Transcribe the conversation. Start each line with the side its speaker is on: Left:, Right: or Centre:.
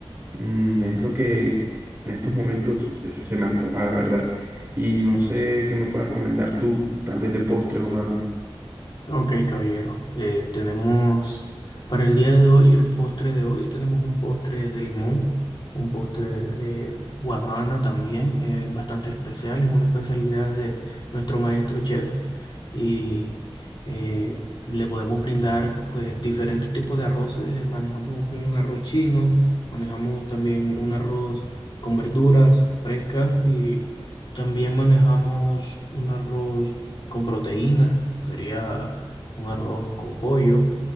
Right: Mm, es lo que en estos momentos eh, se me antoja, la verdad. Y no sé qué me puedes recomendar tú, tal vez de postre o algo.
Left: Ok, caballero. Eh, tenemos para el día de hoy, el postre de hoy, tenemos un postre de limón, un postre de guanábana también, eh, bastante especial, es una especialidad de nuestro maestro chef y eh, le podemos brindar pues diferentes tipos de arroces. eh, Manejamos un arroz chino, manejamos también un arroz con verduras frescas y también manejamos un arroz con proteína, sería un arroz con pollo,